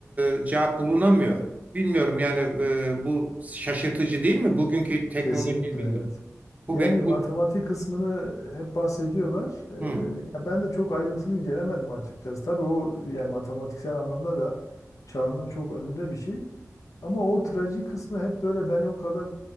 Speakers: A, on the right (about 25°); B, on the left (about 70°).
A: e, cevap bulunamıyor. Bilmiyorum yani e, bu şaşırtıcı değil mi? Bugünkü teknoloji
B: Kesinlikle
A: bilgi.
B: evet.
A: Bu
B: Yani
A: benim
B: matematik
A: bu
B: kısmını hep bahsediyorlar.
A: Hı,
B: Ee, ya ben de çok ayrıntılı incelemedim açıkçası. Tabii o yani matematiksel anlamda da çağının çok önünde bir şey. Ama o trajik kısmı hep böyle beni o kadar